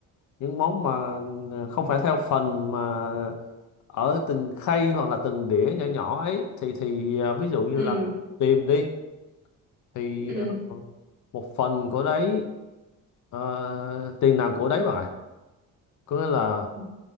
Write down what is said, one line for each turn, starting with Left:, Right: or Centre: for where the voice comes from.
Left: những món mà ờ, không phải theo phần mà ở từng khay hoặc là từng đĩa nhỏ nhỏ ấy thì thì ờ, ví dụ như
Right: ừ
Left: là mình tìm đi thì
Right: ừ
Left: ờ, một phần của đấy ờ, tiền nào của đấy bạn ạ có nghĩa là
Right: Ừ.